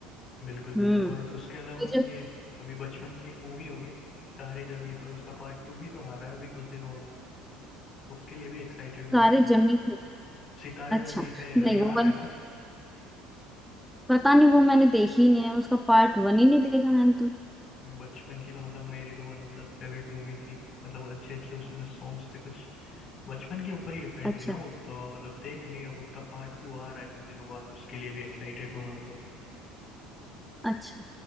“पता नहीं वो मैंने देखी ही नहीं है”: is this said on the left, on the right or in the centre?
Centre